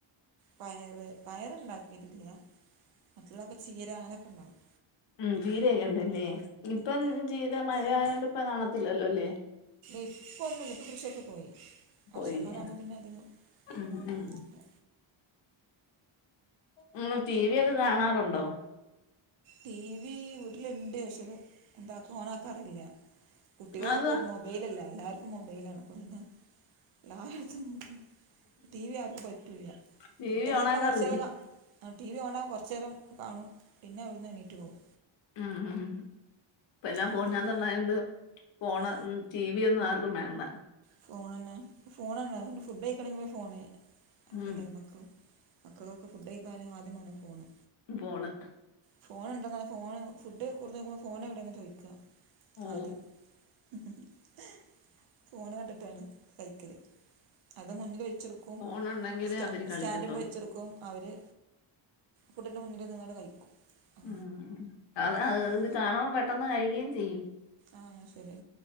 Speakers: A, on the right; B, on the left.
A: പയറ് പയറുണ്ടാക്കിട്ടില്ല, മറ്റുള്ളൊക്കെ ചീര അങ്ങനെയൊക്കെണ്ടാവും
B: ഉം ജീരയൊക്കെ ഉണ്ടല്ലേ ഇപ്പം ജീര മഴ ആയോണ്ട് ഇപ്പ കാണത്തില്ലല്ലോ ലെ
A: ഇപ്പൊന്നുല്ല ഇപ്പ കൃഷിയൊക്കെ പോയി
B: പോയില്ല
A: വർഷക്കാലം ആകുമ്പോൾ പിന്നെ അധികം
B: ഉം
A: ഇല്ല
B: ഉം നിങ്ങ ടി വി ഒക്കെ കാണാറുണ്ടോ?
A: ടി വി വീട്ടിലിണ്ട്. പക്ഷത് എന്താക്കൂ ഓണാക്കാറില്ല. കുട്ടികളൊക്കെ
B: അത്
A: മൊബൈലല്ലേ എല്ലാർക്കും മൊബൈലാണ് അപ്പൊ പിന്നെ <unintelligible> ടി വി ആർക്കും പറ്റൂല്ല
B: ടി
A: ഇട്ട്ക്ക്ണെ
B: വി ഓണാക്കാറില്ലേ
A: തന്നെ കൊർചേരം ക ആ ടി വി കാണും കുറച്ചേരം കാണും പിന്നെ അവിടുന്ന് എണീറ്റ്പോവും
B: ഉം ഉം ഇപ്പ എല്ലാം
A: അങ്ങനെ
B: ഫോണിനാത്തന്നായോണ്ട് ഫോണ്
A: ആ
B: മഉം ടി വി ഒന്നും ആർക്കും വേണ്ട
A: ഫോണന്നെ ഫോണന്നെ ഫുഡ് കഴിക്കണങ്കിലും ഫോണ്. ലക്കല്ലേ
B: ഉം
A: ലക്ക് മക്കളൊക്കെ ഫുഡ് കഴിക്കാന് ആദ്യം മാണം ഫോണ്
B: ഖാണ്
A: ഫോണ് ഉണ്ടെന്ന ഫോണ് ഫുഡ് കൊടുത്ത്ക്കുമ്പോ ഫോണ് എവിടെന്നാ ചോയ്ക
B: ഓ
A: ആദ്യം മ്മ്ഹ് ഹ് ഫോണ് കണ്ടിട്ടാണ് കൈക്കല് അത് മുന്നില് വെച്ചിടുക്കും
B: ഫോണുണ്ടെങ്കിലേ
A: ക്കും സ്
B: അവര് കളിക്കത്തോളൂ
A: സ്റ്റാൻഡ്മ്മേ വെച്ചടക്കും അവര് പുട്ടിൻ്റെ മുന്നില് നിന്നാണ്ട് കഴിക്കും ആ
B: മ്മ്ഹ് അത്
A: ഫോണും
B: ഇത് കാണൻ പെട്ടെന്ന് കഴുകയും ചെയ്യും
A: ആഹ് ശരി